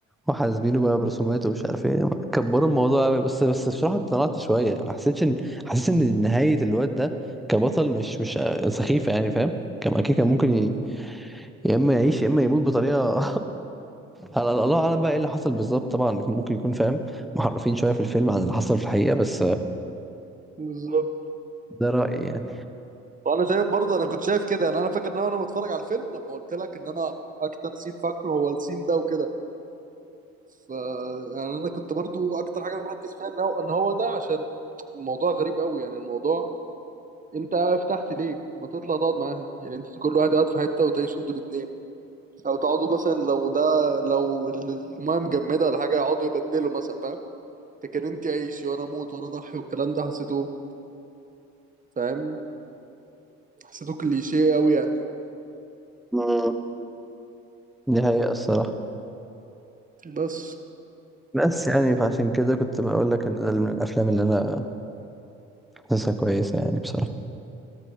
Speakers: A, in the centre; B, on the right.
A: وحاسبينه بقى برسومات ومش عارف ايه كبروا الموضوع قوي بس بس بصراحة اقتنعت شوية ما حسيتش ان حسيت ان نهاية الواد ده كبطل مش مش سخيفة يعني فاهم كان اكيد كان ممكن ي... يا اما يعيش يا اما يموت بطريقة <laughs> على الله اعلم بقى ايه اللي حصل بالظبط طبعا ممكن يكون فاهم محرفين شوية في الفيلم عن اللي حصل في الحقيقة بس
B: بالظبط
A: ده رأيي يعني
B: وانا شايف برضه انا كنت شايف كده يعني انا فاكر ان انا وأنا بتفرج على الفيلم لما قلت لك ان انا اكتر سين فاكره هو السين ده وكده ف يعني انا كنت برضه اكتر حاجه مركز فيها ان هو ان هو ده عشان الموضوع غريب قوي يعني الموضوع انت فتحت ليه ما تطلع تقعد معاها يعني انت كل واحد قاعد في حته وتعيشوا انتوا الاثنين او تقعدوا مثلا لو ده لو المايه مجمده ولا حاجه يقعدوا يبدلوا مثلا فاهم ده كان انت عيشي وانا اموت وانا اضحي والكلام ده حسيته فاهم حسيته كليشيه قوي يعني
A: مم. دي حقيقة الصراحة
B: بس
A: بس يعني فعشان كده كنت بقول لك ان ده من الافلام اللي انا حاسسها كويسه يعني بصراحه